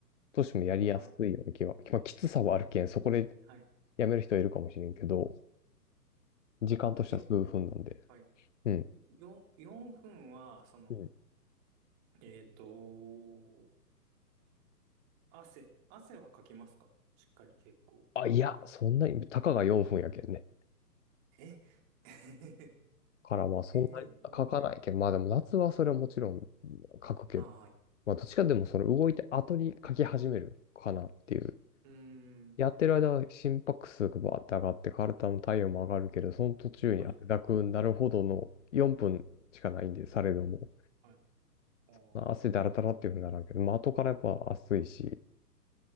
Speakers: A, on the left; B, on the right.
A: としてもやりやすいような気は、
B: はい。
A: まあきつさはあるけん、そこで
B: はい。
A: やめる人はいるかもしれんけど、時間としては数分なんで。
B: よ、はい。
A: うん。
B: よ、4分は、その、
A: うん
B: えっと、汗、汗はかきますかしっかり結構。
A: あ、いや、そんなに、たかが4分やけんね。
B: え <laughs>
A: から、まあ、
B: えー、
A: そんなに書かないけど、まあでも夏はそれはもちろん書くけど、
B: あはい。
A: まあ、どっちかでもその動いて後に書き始めるかなっていう。
B: うーん。
A: やってる間は心拍数がバーって上がって、体の体温も上がるけど、その途中に汗だくになるほどの4分しかないんで、
B: はい。
A: されども。
B: はいおー
A: まあ、汗だらだらっていうふうにならんけど、まあ、後からやっぱ暑いし、